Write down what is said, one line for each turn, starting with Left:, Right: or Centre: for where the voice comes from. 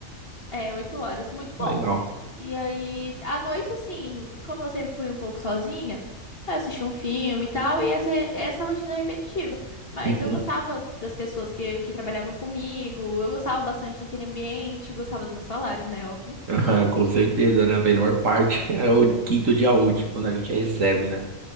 Left: É, oito horas, muito bom.
Right: Legal.
Left: E aí, à noite, assim, como eu sempre fui um pouco sozinha, eu assisti um filme e tal, e essa, essa rotina é repetitiva. Mas
Right: Uhum.
Left: eu gostava das pessoas que, que trabalhavam comigo, eu gostava bastante daquele ambiente, gostava do meu salário, né, óbvio.
Right: <laughs> com certeza, né? A melhor parte <laughs> é o quinto dia útil, quando a gente recebe, né?